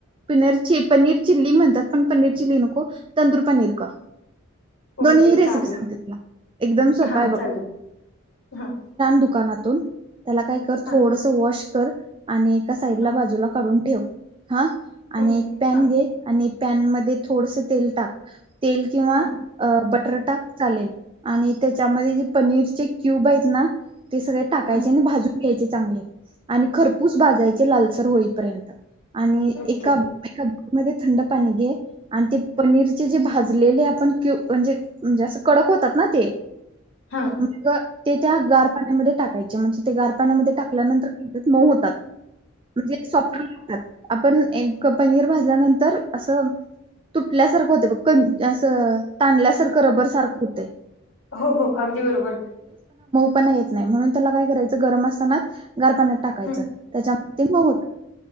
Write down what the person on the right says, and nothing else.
पिनर च पनीर चिल्ली म्हणतात पण पनीर चिल्ली नको तंदूर पनीर कर
दोन्ही रेसिपी
सांगते तुला एकदम सोपा
आहे बघ.
दुकानातून. त्याला काय कर
थोडस वॉश कर. आणि एका साइडला
बाजूला काढून ठेव. हा आणि
एक पॅन
घे आणि पॅनमध्ये थोडसं तेल टाक. तेल किंवा
अ बट र टाक चालेल आणि त्याच्यामध्ये जे पनीरचे क्यूब आहेत ना. ते सगळे टाकायचे
आणि भाजून घ्यायचे चांगले आणि खरपूस भाजायचे लालसर होईपर्यंत. आणि
एका एका मध्ये थंड पाणी घे आणि ते पनीरचे जे भाजलेले आपण क्यु म्हणजे जे असं कडक होतात ना ते.
मग ते त्या गार मध्ये टाकायचे म्हणजे ते गार पाण्यामध्ये टाकल्यानंतर मऊ होतात, म्हणजे सॉफ्ट पण होतात. आपण एक पनीर भाजल्यानंतर असं तुटल्यासारखं होते ब क असं ताणल्यासारखं रबर सारखं होतेय
पण म्हणून त्याला काय करायच गरम असतानाच गार पाण्यात टाकायचं
त्याच्या हो हो